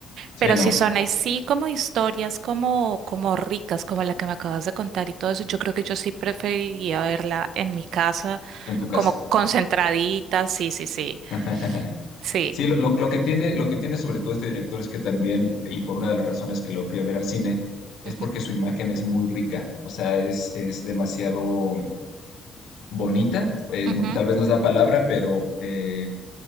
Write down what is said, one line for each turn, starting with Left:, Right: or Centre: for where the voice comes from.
Left: Sí,
Right: Pero
Left: no,
Right: si son así como historias como, como ricas, como la que me acabas de contar y todo eso, yo creo que yo sí preferiría verla en mi casa,
Left: en tu casa.
Right: como concentradita. Sí, sí, sí.
Left: <laughs>
Right: Sí.
Left: Sí, lo, lo- lo que tiene, lo que tiene sobre todo este director es que también, y por una de las razones que lo fui a ver al cine, es
Right: Ujú,
Left: porque su imagen es muy rica, o sea, es, es demasiado bonita, pues,
Right: ujú.
Left: no- tal vez no es la palabra, pero eh,